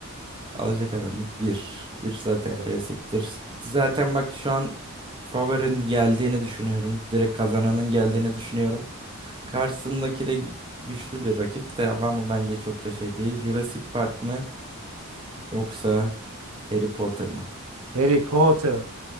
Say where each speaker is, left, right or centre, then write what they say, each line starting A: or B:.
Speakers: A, on the right; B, on the right.
A: Alacakaranlık bir. Bir zaten
B: Evet.
A: klasiktir. Zaten bak şu an favorin geldiğini düşünüyorum. Direkt kazananın geldiğini düşünüyorum. Karşısındaki de gü- güçlü bir rakip de ama bence çok da şey değil. Jurassic Park mı yoksa Harry Potter mı?
B: Harry Potter.